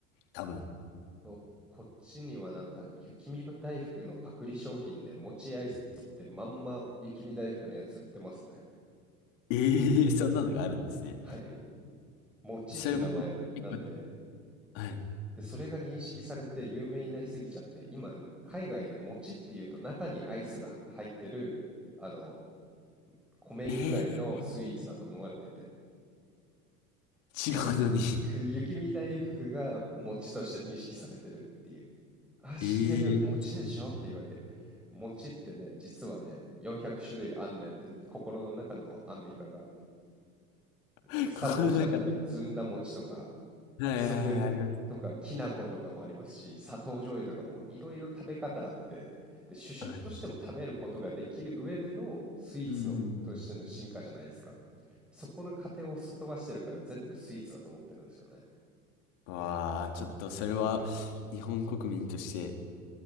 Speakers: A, on the left (about 60°); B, in the centre.
A: 多分。
B: ここっちにはなんか雪見大福のパクリ商品で餅アイスって言ってまんま雪見大福のやつ売ってますね。
A: ええーそんなのがあるんですね。
B: はい。餅って名前なんで、
A: それも、結構はい。
B: で、それが認識されて有名になりすぎちゃって、今海外で餅っていうと中にアイスが入ってる、あの、米由来のスイーツだと思われてて、
A: ええー違うのに。
B: <laughs> 雪見大福が餅として認識されてるっていう。あ、知ってる、
A: ええーそう
B: 餅でしょって言われて。餅ってね、実はね、400種類あんねんって、心の中のアンミカが、
A: <laughs>
B: 草餅だったり、
A: 心の中の、
B: ずんだ餅とか、
A: はいはいはい、
B: 磯辺とか、
A: あります。
B: きな粉とかもありますし、砂糖醤油とかもいろいろ食べ方あって、で、主食としても食べることができる上でのスイーツのとしての進化じゃないですか。
A: はい。うんうんう
B: そこの過程をすっ飛ばしてるから全部スイーツだと思ってるんですよね。
A: ん。わあ、ちょっとそれは、日本国民として、